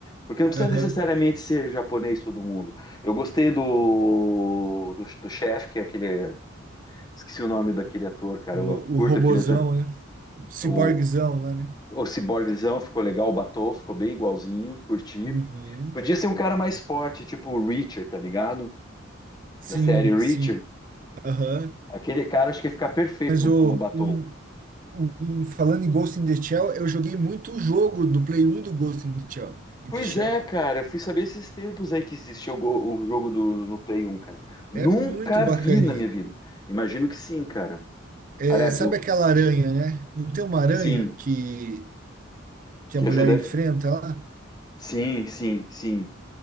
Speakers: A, on the left; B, on the right.
A: Porque não precisa
B: Aham.
A: necessariamente ser japonês todo mundo. Eu gostei do, do, do chefe, que é aquele. Esqueci o nome daquele ator, cara.
B: Um-
A: Eu
B: o
A: curto
B: robozão,
A: aquele ator.
B: né? O ciborguezão
A: O,
B: lá, né?
A: o Ciborguezão ficou legal, o Batou ficou bem igualzinho, curti.
B: Uhum.
A: Podia ser um cara mais forte, tipo o Reacher, tá ligado?
B: Sim,
A: Da série Reacher.
B: sim. Aham.
A: Aquele cara acho que ia ficar perfeito
B: Mas
A: no,
B: o
A: como Batou.
B: um, um- um- falando em Ghost in the Shell, eu joguei muito o jogo do Play 1 do Ghost in the Shell. In
A: Pois
B: the Shell.
A: é, cara, eu fui saber esses tempos aí que existia o, go- o jogo do, no Play 1, cara. Nunca
B: É muito bacaninha.
A: vi na minha vida. Imagino que sim, cara.
B: É,
A: Aliás,
B: sabe
A: o
B: aquela aranha, né? Não tem uma aranha
A: sim,
B: que, que
A: que
B: a mulher
A: ajuda.
B: enfrenta lá?
A: Sim, sim, sim.